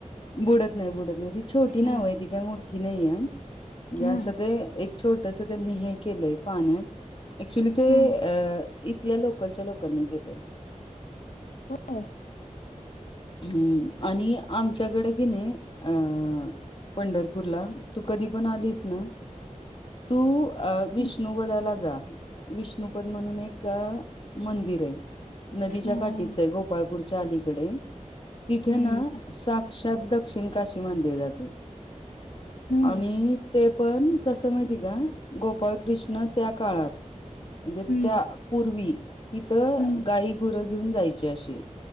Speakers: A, on the left (about 40°); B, on the left (about 75°).
A: बुड नाही बुडत नाही ती छोटी नाव
B: हा
A: आहे ती काय मोठी नाही आहे
B: हा
A: असं ते छोटस त्यांनी हे केलंय पाण्यात क्च्युली ते
B: हा
A: इथल्या लोक लकलच्या लोकनी गेले <unintelligible>
B: हो
A: हम्म आणि आमच्याकडे किणे अं पंढरपूरला तू कधी पण आलीस ना तू अ विष्णुपदाला
B: हम्म
A: जा विष्णुपद म्हणून एक मंदिर आहे. नदीच्या
B: हम्म
A: काठीच आहे गोपाळपूर चालीकडे तिथे
B: हम्म
A: ना साक्षात दक्षिण काश्मी किमान देव जाते.
B: हम्म
A: <unintelligible> आणि ते पण कसं माहिती का गोपाळकृष्ण त्या काळात म्हणजे
B: हम्म
A: त्या पूर्वी तिथं
B: हम्म
A: गाई गुर घेऊन जायचे असे.